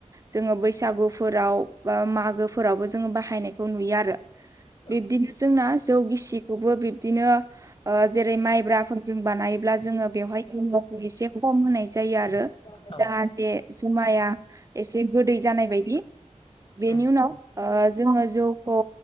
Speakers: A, on the right; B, on the left.
A: जोङो बैसागुफोराव बा मागोफोरावबो जोङो बाहायनायखौ नुयो आरो।
B: औ
A: बिब्दिनो जोंना जौ गिसिखौबो बिब्दिनो जेरै माइब्राफोरजों बानायोब्ला जोङो बेवहाय एमुखौ एसे खम होनाय जायो आरो।
B: औ औ
A: जाहाथे जुमाया एसे गोदै जानाय बायदि बेनि
B: उम
A: उनाव जोङो जौखौ